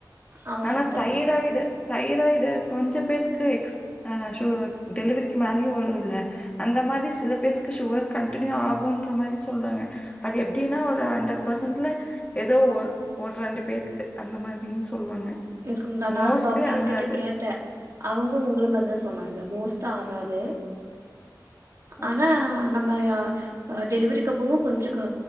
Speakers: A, on the right (about 45°); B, on the left (about 15°).
A: ஆமா
B: ஆனா
A: சிஸ்டர்
B: தைராய்டு தைராய்டு கொஞ்ச பேத்துக்கு எக்ஸ் அ சு டெலிவரிக்கு மேலயு வருல்ல அந்த மாதி சில பேத்துக் கு சுகர் கன்டினியூ ஆகுன்ற மாதி சொல்றாங்க அது எப்டின்னா ஒரு ஹன்ரட் பெர்சன்ட்ல ஏதோ ஒர் ஒரு ரெண்டு பேத்துக்கு அந்த மாதின்னு சொல்லுவாங்க
A: <unintelligible>
B: மோஸ்ட்லி
A: நானு டாக்ட்ரு
B: ஆகாது.
A: கிட்ட கேட்ட அவுங்க உங்கள மாரிதா சொன்னாங்க மோஸ்ட்டா ஆகாது
B: ஆ
A: ஆனா நம்ம யா அ டெலிவரிக்கப்பவு கொஞ்ச க